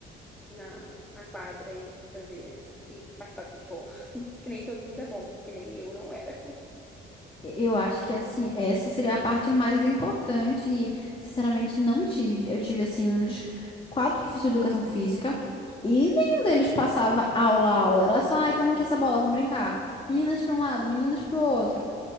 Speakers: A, in the centre; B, on the left.
A: na, na quadra e fazer. E participar do futebol. <laughs> Que nem todo mundo é bom, que nem eu não era.
B: Eu acho que assim, essa seria a parte mais importante e, sinceramente, não tive. Eu tive assim uns quatro professores de educação física e nenhum deles passava aula a aula. Era só, ai, toma aqui essa bola, vamos brincar. Meninas para um lado, meninos para o outro.